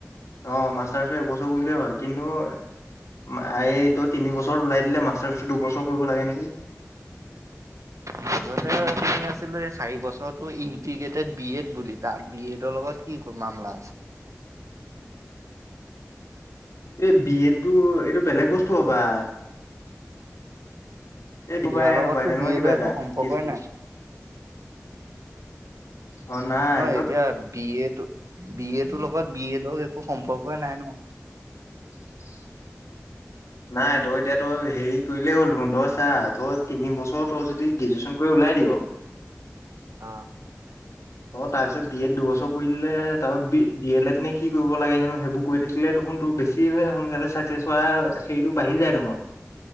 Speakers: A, on the left; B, on the right.
A: অ', মাষ্টাৰছটো এবছৰ কৰিলে হয়। কিন্তু আয়েই তই তিনিবছৰ ওলাই দিলে মাষ্টাৰছটো দুবছৰ কৰিব লাগে নেকি?
B: মাজতে শুনি আছিলো এই চাৰি বছৰটো ইন্টিগ্ৰেটেত বি এট বুলি। তাৰ বি এডৰ লগত কি মামলা আছে?
A: এ, বি এটটো এইটো বেলেগ বস্তু হ'ব পাৰে। দুবাই
B: ইয়াৰ লগততো
A: হপাই তেনেকুৱা
B: বি
A: কিবা
B: এডৰ
A: এটা
B: একো সম্পৰ্কই
A: কেচটো
B: নাই।
A: অ নাই
B: নহয়
A: তই
B: এতিয়া বি এটো, বি এটোৰ লগত বি এডৰ একো সম্পৰ্কই নাই নহয়।
A: <inaudible> নাই, তই এতিয়া তই হেৰি কৰিলেই হ'ল দেখোন, তই চা তই তিনি বছৰ তই যদি গ্ৰেজুৱেচন কৰি ওলাই দিয়
B: অ'।
A: অ', তাৰপিছত বি এড দুবছৰ কৰি দিলে তাৰপৰা ডি এল এড নে কি কৰিব লাগে হেনো, সেইবোৰ কৰি থাকিলে দেখোন তোৰ বেছিহে সোনকালে চাকচেছ হোৱা সেইটো বাঢ়ি যায় দেখোন।